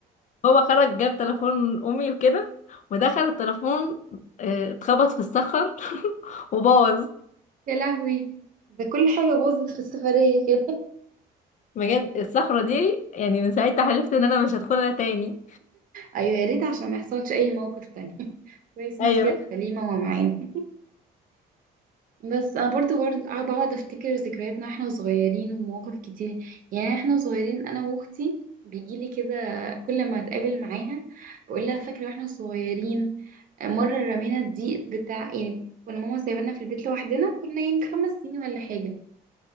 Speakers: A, on the left; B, on the right.
A: هو خرج جاب تليفون امي وكده ودخل التليفون آه، اتخبط في الصخر <laughs> وبوظ
B: يا لهوي ده كل حاجة باظت في السفرية كده <laughs>
A: بجد الصخرة دي يعني من ساعتها حلفت ان انا مش هدخلها تاني
B: ايوه يا ريت عشان ما يحصلش اي موقف تاني <laughs> كويس انت
A: ايوه
B: كده سليمة ومعانا بس انا برضو برضو قاعدة اقعد افتكر ذكرياتنا واحنا صغيرين ومواقف كتير يعني احنا صغيرين انا واختي بيجيلي كده كل ما اتقابل معاها بقول لها فاكرة واحنا صغيرين مرة رمينا الضيق بتاع يعني كنا ماما سايبانا في البيت لوحدنا كنا يعني خمس سنين ولا حاجة